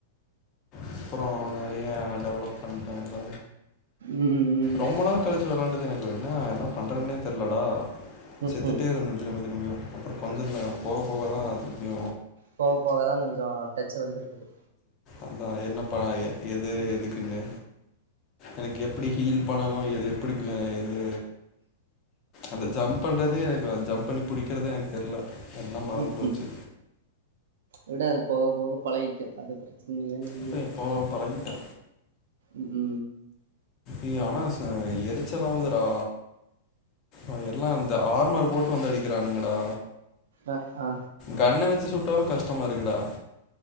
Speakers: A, on the left; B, on the right.
A: அப்புறோ நெறய டெவலப் பண்டாங்க
B: ம் ம்
A: ரொம்ப நாள் கழிச்சு வரவேன்டிதுதான இப்ப என்ன என்ன பண்றன்னே தெரிலடா
B: ம்
A: செத்துட்டே
B: ம்
A: இருந்த திரும்ப திரும்ப அப்புறோ கொஞ்சோ போக போக தா திருப்பியு
B: போக போ தா கொஞ் கொஞ்சோ டச் வந்துருக்குது
A: அதா என்ன பா எ எது எதுக்குன்னு எனக்கு எப்புடி ஹீல் பண்ணணு எது எப்புடி க எது அந்த ஜம்ப் பண்றது எனக்கு ஜம்ப் பண்ணி புடிக்குறத எனக்கு தெர்ல எல்லா மறந்து
B: ம்
A: போச்சு
B: ம் விடு அது போக போக பழகிக்கோ அது இல்லன்னு வையி
A: அப்ப இப்போ பழகிட்டா
B: ம் க்கு
A: இ ஆனா ச எரிச்சலாவுதுடா அ எல்லா இந்த ஆர்மர் போட்டு வந்து அடிக்கிறானுங்கடா
B: ஆ ஆ
A: கன்ன வெச்சு சுட் இப்பவு கஷ்டமா இருக்குடா